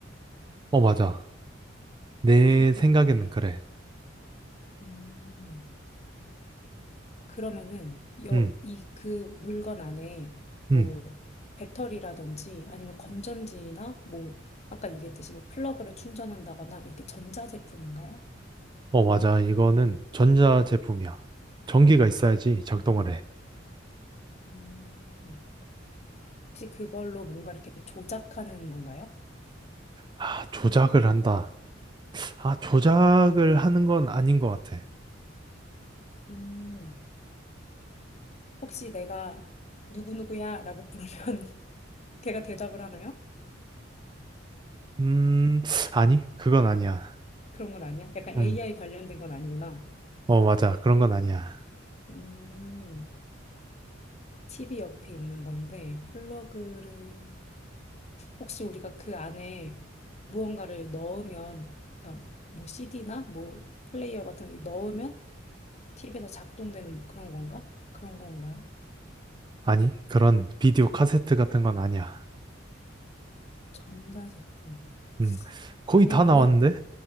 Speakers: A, on the right; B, on the left.
A: 어, 맞아. 내
B: TV
A: 생각에는
B: 앞에.
A: 그래.
B: 음, 그러면은 여,
A: 응,
B: 이 그 물건 안에 뭐
A: 응.
B: 배터리라든지 아니면 건전지나 뭐 아까 얘기했듯이 뭐 플러그를 충전한다거나 이렇게 전자제품인가요?
A: 어, 맞아. 이거는 전자 제품이야. 전기가 있어야지 작동을 해.
B: 음. 혹시 그걸로 뭔가 이렇게 조작하는 건가요?
A: 아, 조작을 한다. 아, 조작을 하는 건 아닌 것 같아.
B: 음. 혹시 내가 누구누구야 라고 부르면 <laughs> 걔가 대답을 하나요?
A: 음, 아니, 그건 아니야.
B: 그런 건 아니야? 약간
A: 응,
B: AI 관련된 건 아니구나.
A: 어, 맞아. 그런 건 아니야.
B: 음. TV 옆에 있는 건데 플러그를 혹시 우리가 그 안에 무언가를 넣으면 그러니까 뭐 CD나 뭐 플레이어 같은 거 넣으면 TV에서 작동되는 뭐 그런 건가? 그런 건가요?
A: 아니, 그런 비디오 카세트 같은 건 아니야.
B: 전자제품.
A: 응, 거의
B: 아니면은
A: 다 나왔는데?